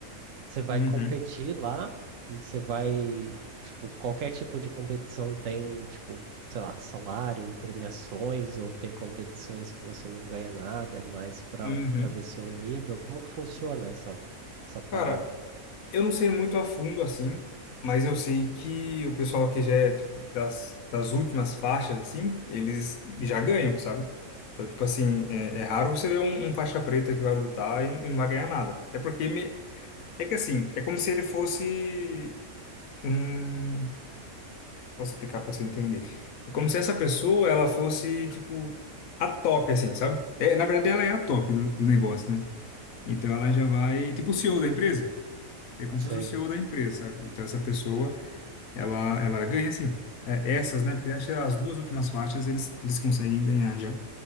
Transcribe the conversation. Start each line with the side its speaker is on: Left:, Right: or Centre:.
Right: Você vai
Left: uhum,
Right: competir lá e você vai, tipo, qualquer tipo de competição tem, tipo, sei lá, salário, premiações, ou tem competições que você não ganha nada, é mais para
Left: uhum.
Right: para ver seu nível. Como que funciona essa, essa parada?
Left: Cara, eu não sei muito a fundo assim, mas eu sei que o pessoal que já é tipo, das, das últimas faixas, assim, eles já ganham, sabe? Então, tipo assim, é, é raro você ver um, um faixa preta que vai lutar e, não- e não vai ganhar nada. É porque me- é que assim, é como se ele fosse. Hum, Posso explicar para você entender? É como se essa pessoa ela fosse tipo a top, assim, sabe? É, na verdade, ela é a top do, do negócio, né? Então ela já vai, tipo o CEO da empresa. É como
Right: Sei.
Left: se fosse o CEO da empresa, sabe? Então essa pessoa ela ela ganha assim. É, essas, né? Porque acho que as duas últimas faixas eles eles conseguem ganhar já.